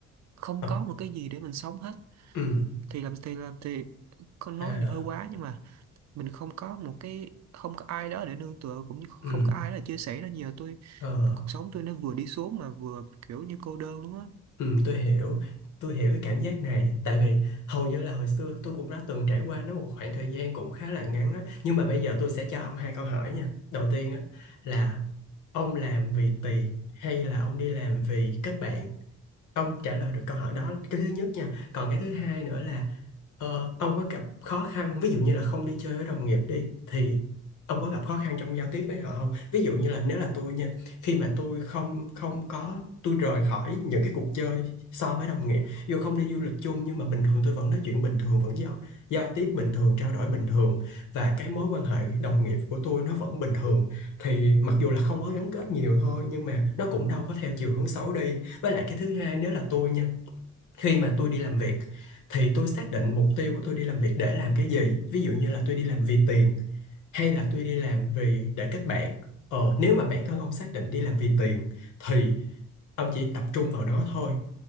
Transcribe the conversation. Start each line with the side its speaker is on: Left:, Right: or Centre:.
Right: không
Left: thật
Right: có một cái gì để mình sống hết
Left: ừ
Right: thì làm thì làm thì con
Left: À,
Right: nói thì hơi quá nhưng mà mình không có một cái không có ai đó để nương tựa cũng như không
Left: ừ,
Right: có ai đó để chia sẻ nên giờ tôi
Left: ờ,
Right: cuộc sống tôi nó vừa đi xuống mà vừa kiểu như cô đơn luôn á
Left: ừ, tôi hiểu, tôi hiểu cái cảm giác này, tại vì hầu như là hồi xưa tôi cũng đã từng trải qua nó một khoảng thời gian cũng khá là ngắn á, nhưng mà bây giờ tôi sẽ cho ông hai câu hỏi nha. Đầu tiên á là ông làm vì tiền hay là ông đi làm vì kết bạn? ông trả lời được câu hỏi đó cái thứ nhất nha còn cái thứ hai nữa là ờ, ông có gặp khó khăn ví dụ như là không đi chơi với đồng nghiệp đi thì ông có gặp khó khăn trong giao tiếp với họ không ví dụ như là nếu là tôi nha khi mà tôi không không có tôi rời khỏi những cái cuộc chơi so với đồng nghiệp dù không đi du lịch chung nhưng mà bình thường tôi vẫn nói chuyện bình thường vẫn giao giao tiếp bình thường trao đổi bình thường và cái mối quan hệ đồng nghiệp của tôi nó vẫn bình thường thì mặc dù là không có gắn kết nhiều thôi nhưng mà nó cũng đâu có theo chiều hướng xấu đi với lại cái thứ hai nếu là tôi nha, khi mà tôi đi làm việc thì tôi xác định mục tiêu của tôi đi làm việc để làm cái gì. Ví dụ như là tôi đi làm vì tiền hay là tôi đi làm vì để kết bạn. Ờ, nếu mà bản thân ông xác định đi làm vì tiền thì ông chỉ tập trung vào nó thôi.